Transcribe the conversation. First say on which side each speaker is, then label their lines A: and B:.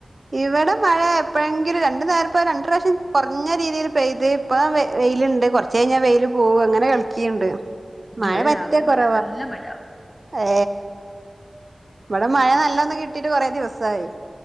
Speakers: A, on the right; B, on the left.
A: ഇവിടെ മഴ എപ്പോഴെങ്കിലും രണ്ടു നേരം ഇപ്പൊ രണ്ട് പ്രാവശ്യം കുറഞ്ഞ രീതിയിൽ പെയ്ത് ഇപ്പ വെയില്ണ്ട് കൊറച്ച് കഴിഞ്ഞാൽ വെയില് പോകും അങ്ങനെ കളിക്കണ്ട് മഴ
B: ഇവിടെ
A: പറ്റെ
B: രാവിലെ
A: കുറവാ
B: മുതലേ നല്ല മഴ
A: ഏ ഇവിടെ മഴ നല്ലൊന്ന് കിട്ട് ട്ടിട്ട് കുറേ ദിവസായി